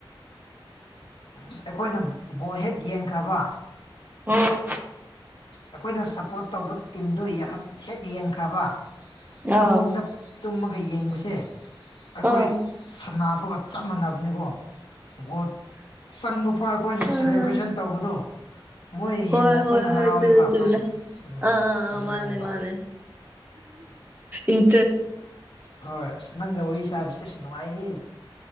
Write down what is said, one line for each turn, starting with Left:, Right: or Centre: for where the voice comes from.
Left: ꯁ ꯑꯩꯈꯣꯏꯅ ꯕꯣ ꯍꯦꯛ ꯌꯦꯡꯈ꯭ꯔꯕ
Right: ꯎꯝ
Left: ꯑꯩꯈꯣꯏꯅ ꯁꯞꯄꯣꯔꯠ ꯇꯧꯕ ꯇꯤꯝꯗꯨ ꯍꯦꯛ ꯌꯦꯡꯈ꯭ꯔꯕ ꯐꯃꯨꯡꯗ
Right: ꯑꯥꯎ
Left: ꯇꯨꯝꯃꯒ ꯌꯦꯡꯕꯁꯦ ꯑꯩꯈꯣꯏ
Right: ꯑꯥ
Left: ꯁ ꯑꯗꯨꯒ ꯆꯞ ꯃꯥꯟꯅꯕꯅꯤꯀꯣ ꯒꯣꯗ ꯆꯪꯕ ꯐꯥꯎ ꯑꯩꯈꯣꯏꯅ
Right: ꯑꯥ
Left: ꯁꯦꯂꯦꯕ꯭ꯔꯦꯁꯟ ꯇꯧꯕꯗꯣ ꯃꯣꯏ
Right: ꯍꯣꯏ
Left: ꯍꯦꯟꯅ ꯑꯩꯈꯣꯏꯅ
Right: ꯍꯣꯏ ꯍꯣꯏ
Left: ꯍꯔꯥꯎꯋꯦꯕ
Right: ꯆ
Left: ꯈꯪ ꯎꯝ
Right: ꯑ
Left: ꯑꯗꯨꯅꯦꯕ
Right: ꯃꯥꯅꯦ ꯃꯥꯅꯦ ꯏ
Left: ꯍꯣꯏ ꯑꯁ ꯅꯪꯒ ꯋꯥꯔꯤ ꯁꯥꯕꯁꯦ ꯑꯁ ꯅꯨꯡꯉꯥꯏꯌꯦ